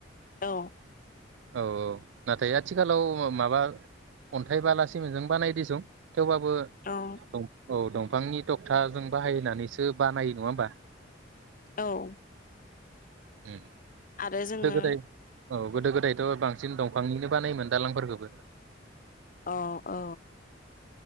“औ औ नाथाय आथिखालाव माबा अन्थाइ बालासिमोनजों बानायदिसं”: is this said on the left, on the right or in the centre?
Right